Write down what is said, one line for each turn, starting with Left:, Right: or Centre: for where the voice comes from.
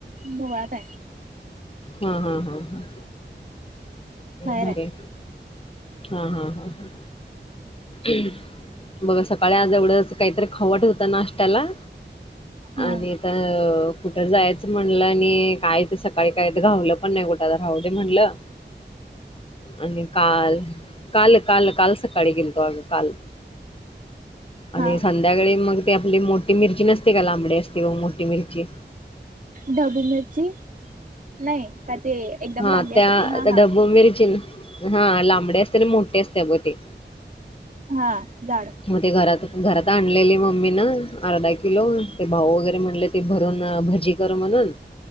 Right: बोळात हाय
Left: हां हां हां हां
Right: बाहेर
Left: बरंय.
Right: आहे
Left: हां हां हां हां <inaudible> मग सकाळी आज एवढंस काहीतरी खाऊ वाटत होतं नाश्त्याला आणि
Right: हा
Left: त कुठं जायचं म्हणलं आणि काय ते सकाळी काय ते घावलं पण नाही कुठ आता राहू दे म्हणलं आणि काल काल काल काल सकाळी गेलतो आम्ही काल आणि
Right: हा
Left: सं ध्याकाळी मग ती आपली मोठी मिरची नसते का लांबडी असते बघ मोठी मिरची
Right: ढबू मिरची? नायी का ते? एकदम
Left: हां
Right: लांबडी
Left: त्या
Right: असते ती हा हा
Left: डब्बू मिरची हां लांबडे असते आणि मोठे असते बघ ते
Right: हां जाड
Left: मग ते घरात घरात आणलेली मम्मीनं अर्धा किलो ते भाऊ वगैरे म्हणले ते भरून भजी कर म्हणून